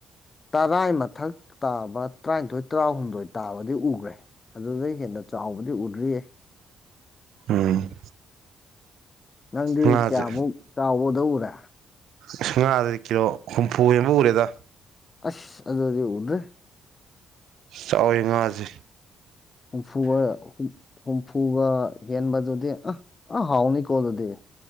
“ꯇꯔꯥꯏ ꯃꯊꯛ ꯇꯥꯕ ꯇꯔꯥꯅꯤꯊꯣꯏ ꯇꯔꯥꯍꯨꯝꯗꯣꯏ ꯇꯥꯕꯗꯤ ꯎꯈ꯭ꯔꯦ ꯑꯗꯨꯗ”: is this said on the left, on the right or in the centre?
Left